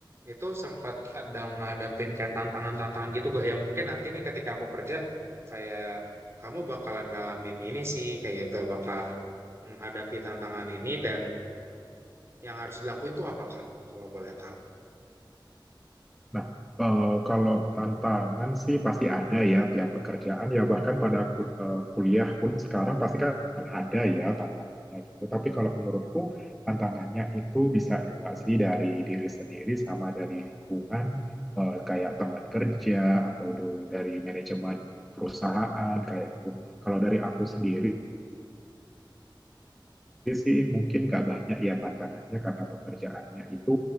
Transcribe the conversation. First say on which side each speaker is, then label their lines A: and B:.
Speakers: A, on the right; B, in the centre.
A: Itu sempat ada ngadapin kayak tantangan-tantangan gitu gak yang mungkin nanti nih ketika aku kerja kayak kamu bakalan ngalamin ini sih kayak gitu bakal menghadapi tantangan ini dan yang harus dilakuin tuh apa kak? kalau boleh tahu.
B: Nah, eh, kalau tantangan sih pasti ada ya tiap pekerjaan ya bahkan pada kul- eh, kuliah pun sekarang pasti kan ada ya tantangannya gitu. Tapi kalau menurutku tantangannya itu bisa dua sih dari diri sendiri sama dari lingkungan eh, kayak teman kerja atau do- dari manajemen perusahaan kayak gitu. Kalau dari aku sendiri sih mungkin nggak banyak ya tantangannya karena pekerjaannya itu